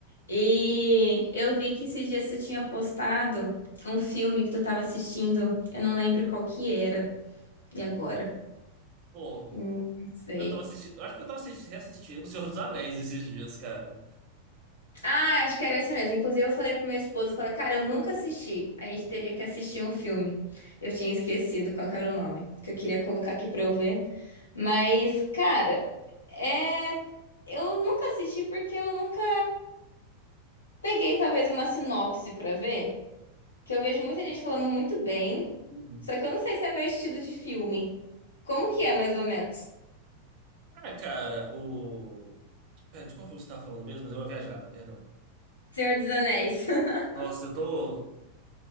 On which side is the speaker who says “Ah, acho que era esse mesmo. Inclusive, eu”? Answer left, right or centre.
Left